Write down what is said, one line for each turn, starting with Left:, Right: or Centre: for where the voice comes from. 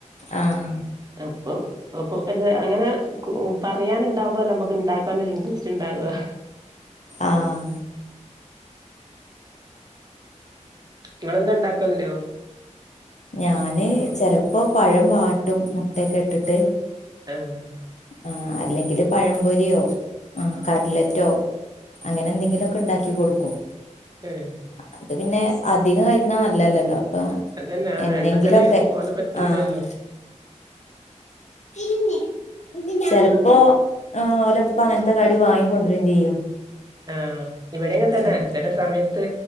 Left: ആഹ്
Right: ആഹ് അപ്പൊ അപ്പൊ ഒരു അങ്ങനെ പറയാന് ണ്ടാവുമ്പോളല്ലെ നമുക്ക് ണ്ടാക്കാൻ ഒരു ഇന്ട്രെസ്റ്റ് ണ്ടാവാ
Left: ആഹ്
Right: ങ്ങളെന്തോ ണ്ടാക്കൽ ണ്ടൊ
Left: ഞാന് ചെലപ്പോ പഴം വാട്ടും മുട്ടയൊക്കെ ഇട്ടിട്ട്
Right: ആഹ്
Left: ആ അല്ലെങ്കില് പഴംപൊരിയോ ആ കട്ലെയ്റ്റോ അങ്ങനെ എന്തെങ്കിലൊക്കെ ണ്ടാക്കി കൊടുക്കും
Right: ഏഹ്
Left: അത് പിന്നെ അധികം കഴിക്കണം നല്ലല്ലല്ലോ അപ്പൊ
Right: അതന്നെ ആ
Left: എന്നെങ്കിലൊക്കെ
Right: എണ്ണക്കടി തോനെ പറ്റൂലല്ലോ
Left: ആഹ് <unintelligible> ചെലപ്പോ ഓലെ പ്പാ അങ്ങനത്തെ കടി വാങ്ങി കൊണ്ടൊരേയും ചെയ്യും
Right: ആഹ് ഇവിടെങ്ങൻതന്നെ
Left: ഉം
Right: ചില സമയത്ത്